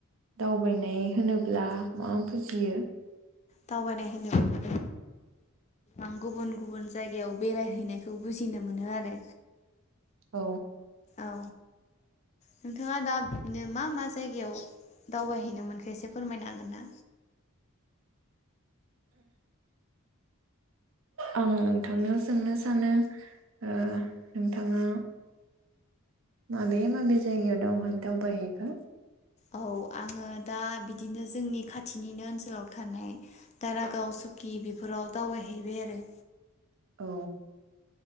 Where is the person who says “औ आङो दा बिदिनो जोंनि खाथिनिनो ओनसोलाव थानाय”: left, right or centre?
Left